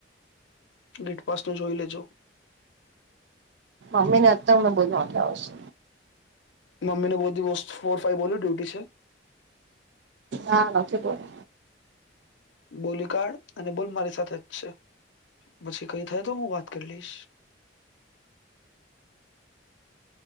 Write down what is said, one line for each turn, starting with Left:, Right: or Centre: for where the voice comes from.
Left: ગેટપાસનું જોઈ લેજો
Right: મમ્મી ને અ હમને બને આવશે
Left: મમ્મીને બધી વસ્તુ ફોર ફાઈવ બોલ ડ્યુટી છે
Right: ના નથી બોલો
Left: બોલી કાડ અને બોલ મારી સાથેજ છે પછી કઈ થાય તો હું વાત કરી લઈશ <inaudible>